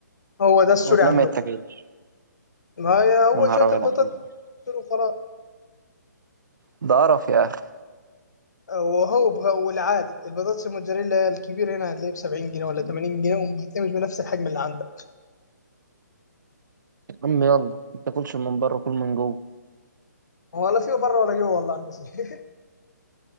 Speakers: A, on the left; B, on the right.
A: هو ده السوري
B: وتلاقيه
A: عنده
B: ما يتاكلش
A: ما هي هو
B: يا نهار
A: شويه
B: ابيض
A: البطاطس
B: عليك
A: السوري وخلاص
B: ده قرف يا اخي
A: وهو بغ- والعادي البطاطس الموتزاريلا هي الكبير هنا هتلاقيه ب 70 جنيه ولا 80 جنيه وهتلاقيه مش بنفس الحجم اللي عندك
B: يا عم يلا ما تاكلش من بره كل من جوه
A: ولا فيه بره ولا جوه والله <laughs> يا عم زين.